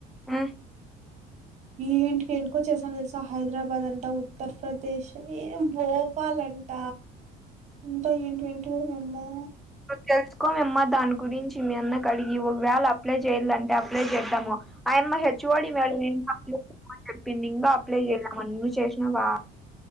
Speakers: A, in the centre; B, on the right.
A: మ్మ్
B: ఏంటికేంటికో చేసాను తెల్సా హైదరాబాద్ అంట ఉత్తర్ప్రదేశ్ ఏం భోపాల్ అంట ఇంత ఏంటివెంటివి మోమ్మో
A: తెలుసుకో మమ్మ దాని గురించి మీ అన్నకడిగి ఒగవేళ అప్లై చెయ్లంటే అప్లై చేద్దాము అయమ్మ హెచ్ వోడి మేడం ఇంక అప్లై చేయమని చెప్పింది ఇంగా అప్లై చేయలే మన్ము చేసినవా